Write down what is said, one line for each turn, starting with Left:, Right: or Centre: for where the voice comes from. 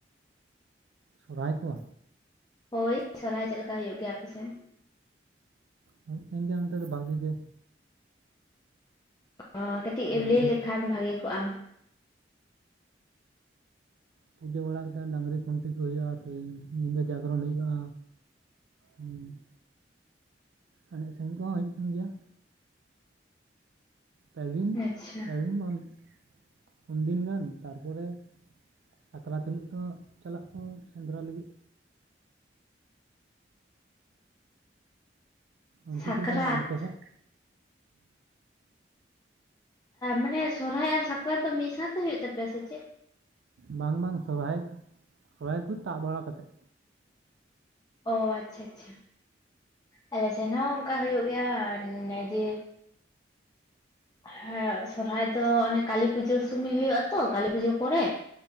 Right: ᱥᱚᱨᱦᱟᱭ ᱠᱚ
Left: ᱦᱳᱭ ᱥᱚᱨᱦᱟᱭ ᱪᱮᱫ ᱞᱮᱠᱟ ᱦᱩᱭᱩᱜ ᱜᱮᱭᱟ ᱟᱯᱮᱥᱮᱱ?
Right: ᱦᱩᱭᱩᱜ ᱠᱟᱱ ᱜᱮᱭᱟ ᱚᱱᱛᱮ ᱫᱚ ᱵᱷᱟᱜᱤ ᱜᱮ᱾
Left: ᱚ ᱠᱟᱹᱴᱤᱡ ᱮᱢ
Right: ᱰᱟᱹᱝᱨᱤ
Left: ᱞᱟᱹᱭ ᱞᱮᱠᱷᱟᱱ ᱵᱷᱟᱜᱮ ᱠᱚᱜᱼᱟᱢ
Right: ᱯᱩᱡᱟᱹ ᱵᱟᱲᱟ ᱠᱟᱛᱮᱫ ᱰᱟᱹᱝᱨᱤ ᱠᱷᱩᱱᱴᱤ ᱠᱚ ᱦᱩᱭᱩᱜᱼᱟ, ᱛᱮᱦᱤᱧ ᱧᱤᱫᱟᱹ ᱡᱟᱜᱚᱨᱚᱱ ᱦᱩᱭᱩᱜᱼᱟ᱾ ᱦᱩᱸ ᱮᱱᱮᱡ ᱥᱮᱨᱮᱧ ᱠᱚᱦᱚᱸ ᱦᱩᱭᱩᱜ ᱠᱟᱱ ᱜᱮᱭᱟ᱾ ᱯᱮᱨᱤᱱ
Left: ᱟᱪᱪᱷᱟ
Right: ᱯᱟᱨᱤᱱ ᱢᱟᱱ ᱯᱩᱱ ᱫᱤᱱ ᱜᱟᱱ ᱛᱟᱨᱯᱚᱨᱮ ᱥᱟᱠᱨᱟᱛ ᱦᱤᱞᱚᱜ ᱫᱚ ᱪᱟᱞᱟᱜ ᱠᱚ ᱥᱮᱸᱫᱽᱨᱟ ᱞᱟᱹᱜᱤᱫ ᱚᱱᱛᱮ
Left: ᱥᱟᱠᱨᱟᱛ
Right: ᱪᱮᱫ ᱞᱮᱠᱟ ᱦᱩᱭᱩᱜ ᱠᱟᱱᱟ ᱟᱯᱮ ᱥᱮᱫ
Left: ᱢᱟᱱᱮ ᱥᱚᱨᱦᱟᱭ ᱟᱨ ᱥᱟᱠᱨᱟᱛ ᱫᱚ ᱢᱤᱫ ᱥᱟᱶᱛᱮ ᱦᱩᱭᱩᱜ ᱛᱟᱯᱮᱭᱟ ᱥᱮ ᱪᱮᱫ?
Right: ᱵᱟᱝ ᱵᱟᱝ ᱥᱚᱨᱦᱟᱭ ᱥᱚᱨᱦᱟᱭ ᱠᱚ ᱪᱟᱵᱟ ᱵᱟᱲᱟ ᱠᱟᱛᱮᱫ
Left: ᱚ ᱟᱪᱪᱷᱟ ᱟᱪᱪᱷᱟ ᱟᱞᱮ ᱥᱮᱱ ᱦᱚᱸ ᱚᱱᱠᱟ ᱦᱩᱭᱩᱜ ᱜᱮᱭᱟ ᱚᱱ ᱡᱮ ᱦᱮᱸ ᱥᱚᱨᱦᱟᱭ ᱫᱚ ᱚᱱᱮ ᱠᱟᱹᱞᱤ ᱯᱩᱡᱟᱹ ᱥᱩᱢᱚᱭ ᱦᱩᱭᱩᱜᱼᱟ ᱛᱚ ᱠᱟᱹᱞᱤ ᱯᱩᱡᱟᱹ ᱯᱚᱨᱮ